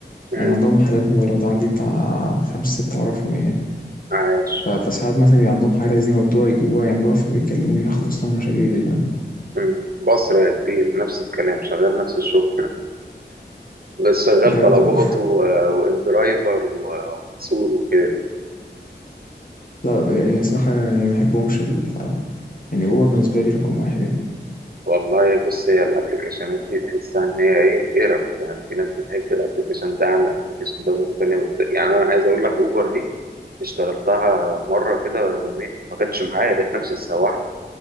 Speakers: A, on the right; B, on the left.
A: امم
B: آه، عندهم محلات موبايلات عندي بتاع خمس ست اعرفهم يعني
A: عايش
B: ف... فساعات مثلا بيبقى عندهم حاجه عايزين يودوها يجيبوها يعملوها فبيكلموني اخلص لهم مشاوير دي فاهم
A: امم بصرة يا كبير نفس الكلام شغال نفس الشغل <laughs> بس شغال
B: بجد
A: طلبات
B: والله.
A: و... وان درايفر و- ومسؤول وكده
B: <laughs> لا يعني صراحه يعني ما بحبهمش ال... يعني اوبر بالنسبه لي رقم واحد يعني
A: والله بص هي الابلكيشنات دي تحسها ان هي ايه قرف يعني في ناس بتحب الابلكيشن ده عن الابلكيشن ده وناس تانية بت... يعني انا عايز اقول لك اوبر دي اشتغلتها مرة كده يومين ما كانتش معايا لقيت نفسي السواح